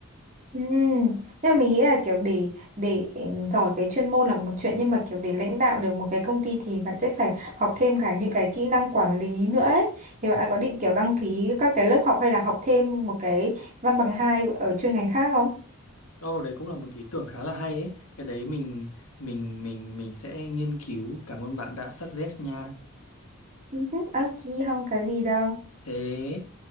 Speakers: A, on the right (about 35°); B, on the left (about 75°).
A: Ừ. Nhưng mà mình nghĩ là kiểu để để giỏi cái chuyên môn là một chuyện nhưng mà kiểu để lãnh đạo được một cái công ty thì bạn sẽ phải học thêm cả những cái kỹ năng quản lý nữa ấy. Thì bạn có định kiểu đăng ký các cái lớp học hay là học thêm một cái văn bằng hai ở chuyên ngành khác không?
B: Ồ, đấy cũng là một ý tưởng khá là hay ấy. Cái đấy mình mình mình mình sẽ nghiên cứu. Cảm ơn bạn đã suggest nha.
A: Ừ, ok, không có gì đâu.
B: thế